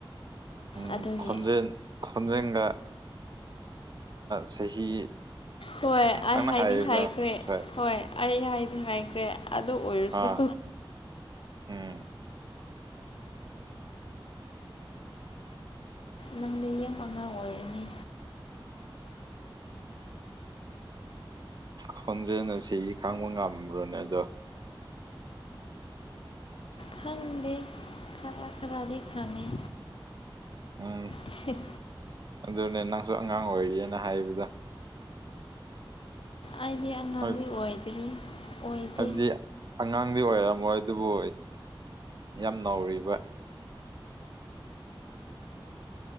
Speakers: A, on the right; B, on the left.
A: ꯎꯝ
B: ꯑꯗꯨꯒꯤ
A: ꯈꯣꯟꯖꯦꯟ ꯈꯣꯟꯖꯦꯟꯒ ꯆꯍꯤ
B: ꯍꯣꯏ ꯑꯩ
A: ꯅꯪꯅ
B: ꯍꯥꯏꯗꯤ
A: ꯍꯥꯏꯕꯗꯣ
B: ꯍꯥꯏꯈ꯭ꯔꯦ
A: ꯉꯁꯥꯏ
B: ꯍꯣꯏ ꯑꯩ ꯍꯥꯏꯗꯤ ꯍꯥꯏꯈ꯭ꯔꯦ ꯑꯗꯨ ꯑꯣꯏꯔꯁꯨ
A: ꯑꯥ ꯎꯝ
B: ꯅꯪꯗꯤ ꯌꯦꯦꯝ ꯑꯉꯥꯡ ꯑꯣꯏꯔꯅꯤ
A: ꯈꯣꯟꯖꯦꯅ ꯁꯤ ꯈꯥꯡꯕ ꯉꯝꯕ꯭ꯔꯣꯅꯦ ꯑꯗꯣ
B: ꯈꯪꯗꯦ ꯈꯔ ꯈꯔꯗꯤ ꯈꯪꯉꯦ
A: ꯑ
B: ꯁꯤꯞ
A: ꯑꯗꯨꯅꯦ ꯅꯪꯁꯨ ꯑꯉꯥꯡ ꯑꯣꯏꯔꯤꯑꯅ ꯍꯥꯏꯕꯗ
B: ꯑꯩꯗꯤ ꯑꯉꯥꯡꯗꯤ
A: ꯍꯣꯏ
B: ꯑꯣꯏꯗ꯭ꯔꯤ ꯑꯣꯏꯗꯦ
A: ꯍꯥꯏꯕꯗꯤ ꯑꯉꯥꯡꯗꯤ ꯑꯣꯏꯔꯝꯃꯣꯏ ꯑꯗꯨꯕꯨ ꯌꯥꯝ ꯅꯧꯔꯤꯕ